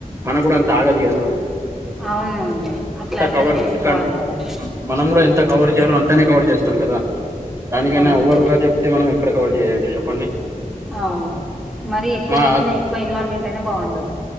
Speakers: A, on the right; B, in the centre.
A: మనకు కూడా అంత ఆగదు కద మేడమ్
B: అవునండి అట్లా అర్ధం
A: కవర్
B: చేసుకోవాలి
A: కన్-
B: కదా
A: మనం కూడా ఎంత కవర్ చేయాలో అంతనే కవర్ చేస్తాం కదా దానికైనా
B: అంతే
A: ఓవర్ గా చె తే మనం ఎక్కడ కవర్ చేయంటు చెప్పండి
B: అవును మరీ ఎక్కువ
A: మా
B: చెప్పిన ఎక్కువ ఇన్వాల్వ్మెంట్ అయిన బాగుండదు